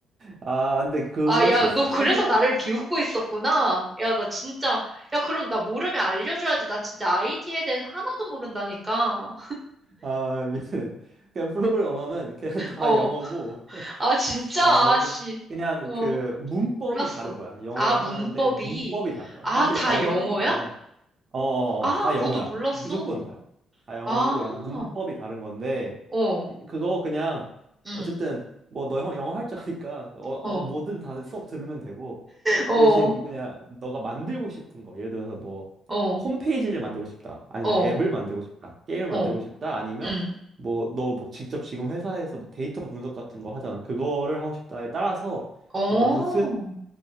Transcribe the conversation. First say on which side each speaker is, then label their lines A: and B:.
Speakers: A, on the right; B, on the right.
A: 아, 근데 그럴
B: 아, 야,
A: 수 있어.
B: 너 그래서
A: 사실
B: 나를 비웃고 있었구나. 야, 나 진짜, 야, 그럼 나 모르면 알려줘야지. 난 진짜 IT에 대해서 하나도 모른다니까.
A: 아, 미안해. 그냥 프로그래밍 언어는 그냥 다
B: 어,
A: 영어고 <laughs>
B: 아, 진짜,
A: 다 영어인데
B: 아씨.
A: 그냥
B: 어,
A: 그 문법이
B: 몰랐어.
A: 다른 거야. 영어를
B: 아, 문법이,
A: 하는데 문법이 다른 거야.
B: 아,
A: 사실
B: 다
A: 언어라는
B: 영어야?
A: 말은 어, 어,
B: 아,
A: 어. 다
B: 그것도
A: 영어야.
B: 몰랐어.
A: 무조건 다요. 다 영어고
B: 아,
A: 그냥 문법이 다른 건데
B: 어,
A: 그, 그거 그냥
B: 음,
A: 어쨌든 뭐 너 영어 할 줄 아니까 어, 어,
B: 어,
A: 뭐든 다 수업 들으면 되고
B: 어,
A: 그 대신 그냥 너가 만들고 싶은 거 예를 들어서 뭐
B: 어,
A: 홈페이지를 만들고 싶다 아니면
B: 어,
A: 앱을 만들고 싶다 게임을
B: 어,
A: 만들고 싶다 아니면
B: 음,
A: 뭐 너 뭐 직접 지금 회사에서 뭐 데이터 분석 같은 거 하잖아 그거를 하고 싶다에 따라서
B: 어,
A: 너가 무슨